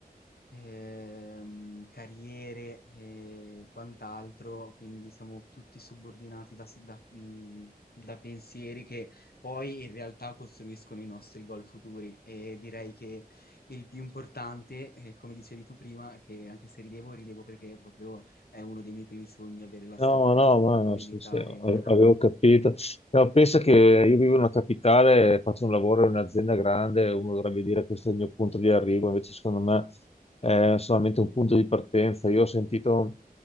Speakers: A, on the left; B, on the left.
A: ehm, carriere e quant'altro, quindi siamo tutti subordinati da, si- da, mm, da pensieri che poi in realtà costruiscono i nostri goal futuri e direi che il più importante, eh, come dicevi tu prima, che anche se ridevo, ridevo perché proprio è uno dei miei primi sogni avere la
B: No,
A: stabilità
B: no, ma sì, sì, a-
A: e una... ca-
B: avevo capito. No, pensa che io vivo in una capitale, faccio un lavoro in un'azienda grande, uno dovrebbe dire questo è il mio punto di arrivo, invece secondo me è solamente un punto di partenza. Io ho sentito